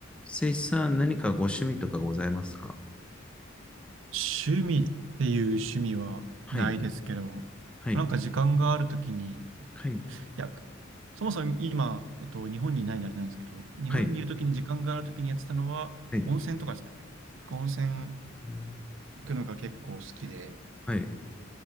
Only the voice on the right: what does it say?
趣味っていう趣味はないですけど、
なんか時間があるときに、い
や、そもそも今、えっと、日本にいないんであれなんですけど、日本にいるときに時間があるときにやってたのは、
温泉とかですかね。温泉
行くのが結構好きで、